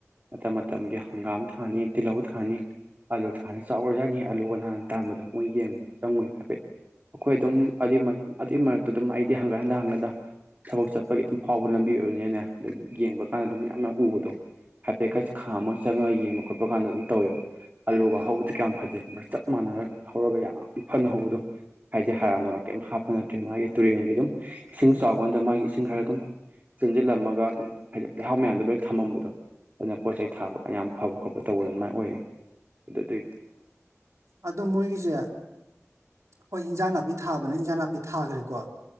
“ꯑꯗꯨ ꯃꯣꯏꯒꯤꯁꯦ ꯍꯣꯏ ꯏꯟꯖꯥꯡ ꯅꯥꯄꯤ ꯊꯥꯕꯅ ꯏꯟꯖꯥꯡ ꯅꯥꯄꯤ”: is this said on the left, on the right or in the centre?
Right